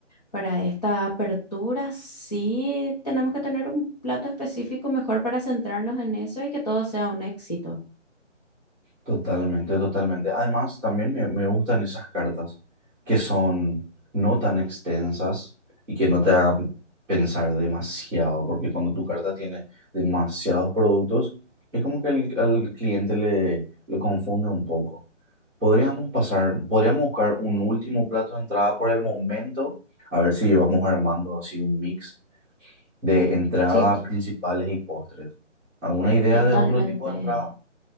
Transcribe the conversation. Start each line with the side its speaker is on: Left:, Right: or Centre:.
Left: para esta apertura sí tenemos que tener un plato específico mejor para centrarnos en eso y que todo sea un éxito.
Centre: Totalmente, totalmente. Además, también me, me gustan esas cartas que son no tan extensas y que no te hagan pensar demasiado, porque cuando tu carta tiene demasiados productos, es como que al, al cliente le, le confunde un poco. Podríamos pasar, podríamos buscar un último plato de entrada por el momento, a ver si vamos armando así un mix de entradas
Left: Sí, to-
Centre: principales y postres. ¿Alguna idea
Left: totalmente,
Centre: de otro tipo de entrada?